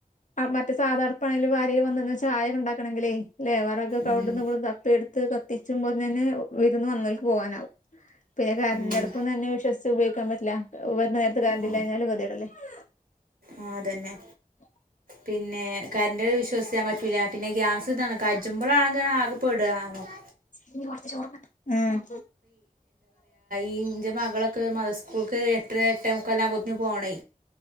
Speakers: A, on the left; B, on the right.
A: മറ്റേ സാധാഅടുപ്പാണെങ്കിലും ആരേലും വന്നാ ചായ ഉണ്ടാക്കണമെങ്കില്ലേ ല്ലെ വറകൊക്കെ
B: ഉം
A: അവിടന്ന് ഇവിടന്ന് തപ്പി എടു ത്ത് കത്തിച്ചുമ്പോൾ തന്നെ വിരുന്ന് വന്നോൽക്ക് പോകാനാവും. പിന്നെ കറന്റു
B: ഉം
A: അടുപ്പും തന്നെ വിശ്വസിച്ച് ഉപയോഗിക്കാൻ പറ്റില്ല <unintelligible> കറണ്ടില്ലായ്‌നാലും
B: ആ
A: <unintelligible>
B: ആ അതന്നെ പിന്നെ കറന്റ് വിശ്വസിക്കാൻ പറ്റൂല പിന്നെ ഗ്യാസ് ഇതാണ് കജുമ്പോളാണെങ്കി ആകെ പെടാ
A: <unintelligible> ഉം
B: ഈന്റെ മകളൊക്കെ മത സ്കൂൾക്ക് എട്ടര എട്ടെ മുക്കാൽ ആവുമ്പോത്തിനു പോണേ